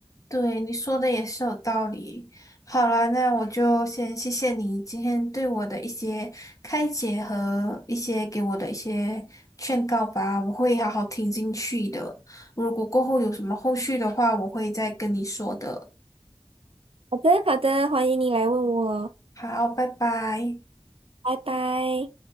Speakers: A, on the left (about 35°); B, on the right (about 70°).
A: 对，你说的也是有道理。好了，那我就先谢谢你今天对我的一些开解和一些给我的一些劝告吧，我会好好听进去的。如果过后有什么后续的话，我会再跟你说的。
B: 好的，好的，欢迎你来问我，
A: 好，拜拜。
B: 拜拜。